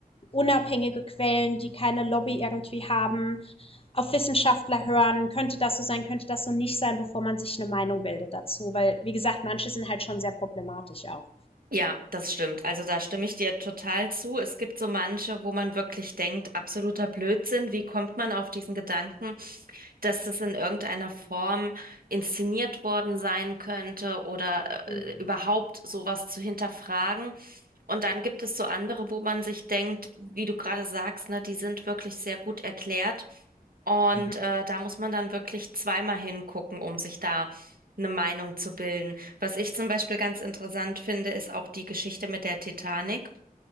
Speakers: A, on the left; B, on the right.
A: unabhängige Quellen, die keine Lobby irgendwie haben, auf Wissenschaftler hören, könnte das so sein, könnte das so nicht sein, bevor man sich eine Meinung bildet dazu. Weil, wie gesagt, manche sind halt schon sehr problematisch auch.
B: Ja, das stimmt. Also da stimme ich dir total zu. Es gibt so manche, wo man wirklich denkt, absoluter Blödsinn. Wie kommt man auf diesen Gedanken, dass das in irgendeiner Form inszeniert worden sein könnte oder
A: Mhm.
B: äh, überhaupt sowas zu hinterfragen? Und dann gibt es so andere, wo man sich denkt, wie du gerade sagst, ne, die sind wirklich sehr gut erklärt. Und
A: Mhm.
B: äh, da muss man dann wirklich zweimal hingucken, um sich da eine Meinung zu bilden. Was ich zum Beispiel ganz interessant finde, ist auch die Geschichte mit der Titanic.